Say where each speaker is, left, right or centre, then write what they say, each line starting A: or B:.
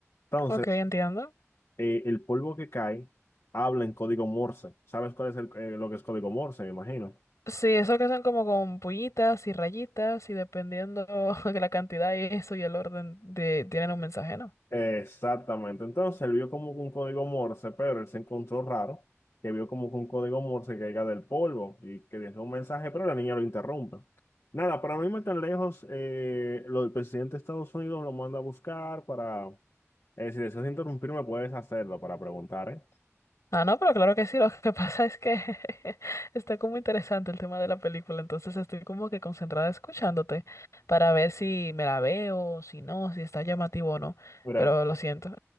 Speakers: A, on the left; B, on the left.
A: Entonces
B: ok, entiendo.
A: eh, el polvo que cae habla en código Morse. ¿Sabes cuál es el- eh, lo que es código Morse? Me imagino.
B: Sí, eso que son como con puñitas y rayitas y dependiendo <laughs> de la cantidad y eso y el orden de tienen un mensaje, ¿no?
A: Exactamente. Entonces él vio como que un código Morse, pero él se encontró raro que vio como que un código Morse que caiga del polvo y que dejó un mensaje, pero la niña lo interrumpe. Nada, para no irme tan lejos, eh, lo- el presidente de Estados Unidos lo manda a buscar para... eh, si deseas interrumpirme, puedes hacerlo para preguntar, ¿eh?
B: Ah, no, pero claro que sí, lo que <laughs> pasa es que <laughs> está como interesante el tema de la película, entonces estoy como que concentrada escuchándote para ver si me la veo, si no, si está llamativo o no,
A: Mira,
B: pero lo siento.